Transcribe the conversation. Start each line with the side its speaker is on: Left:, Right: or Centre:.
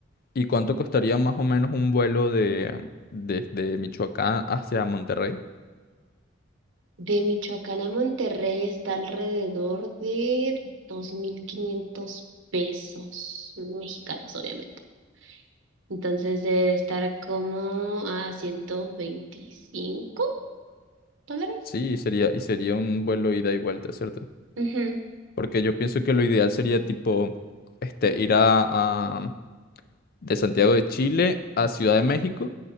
Left: ¿Y cuánto costaría más o menos un vuelo de desde Michoacán hacia Monterrey?
Right: De Michoacán a Monterrey está alrededor de 2.500 pesos mexicanos, obviamente. Entonces debe de estar como a ciento veinticinco dólares.
Left: Sí, y sería, y sería un vuelo ida y vuelta, ¿cierto?
Right: Ujú,
Left: Porque yo pienso que lo ideal sería tipo este ir a, de Santiago de Chile a Ciudad de México.